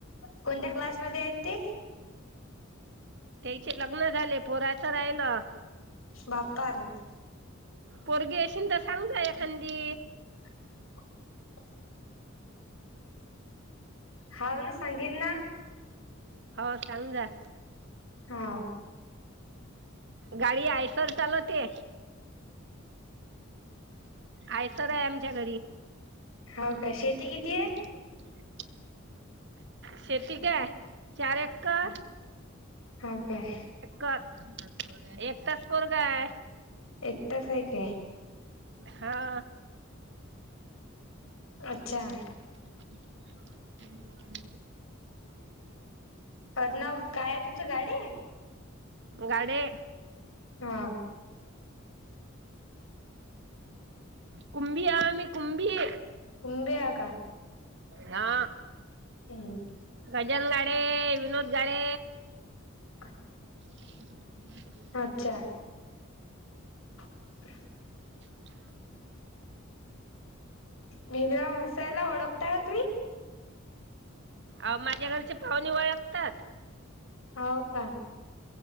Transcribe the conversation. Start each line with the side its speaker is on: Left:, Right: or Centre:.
Left: कोणत्या क्लासमध्ये आहेत ते.?
Right: त्याचे लग्न झाले. पोराचं राहिलं.
Left: बापारे! !
Right: पोरगी असेन तर सांग जा एखांदी.
Left: <unintelligible> हाव ना सांगीन ना.
Right: हा सांग जा.
Left: हा.
Right: गाडी आयसर चालवते. <inaudible> आयसर आहे आमच्या घरी.
Left: हो काय शेती किती हे.
Right: <unintelligible> शेती काय चार एकर.
Left: ह काय,
Right: कर एकच पोरगा हाय.
Left: एकटच आहे काय?
Right: हा.
Left: अच्छा! !
Right: <unintelligible>
Left: अड नाव काय आहे तुमचं गाडे.
Right: गाडे.
Left: हा.
Right: कुंभी हे आम्ही कुंभी.
Left: कुंभी आहे काय.
Right: हा
Left: हम्म
Right: गजनन गाडे, विनोद गाडे.
Left: <unintelligible>
Right: <unintelligible>
Left: अच्छा! ! <unintelligible>
Right: <unintelligible>
Left: भीमरावं सरला ओळखाता का तुम्ही?
Right: अ माझ्या घरचे पाहुणे ओळखतात.
Left: होव का.